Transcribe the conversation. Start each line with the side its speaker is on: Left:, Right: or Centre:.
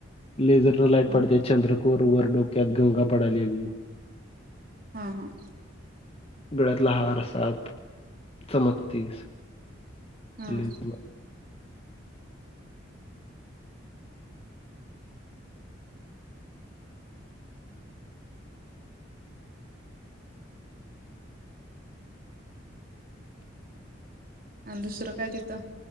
Left: लेझर न लाईट
Right: हा
Left: पाडत्या
Right: हा
Left: चंद्रकूर वरडो त्यात गंगा पडाल्या नी
Right: हम्म हम्म.
Left: गळ्यातला हार साप चमकते. <unintelligible>
Right: हा आणि दुसरं काय तिथं?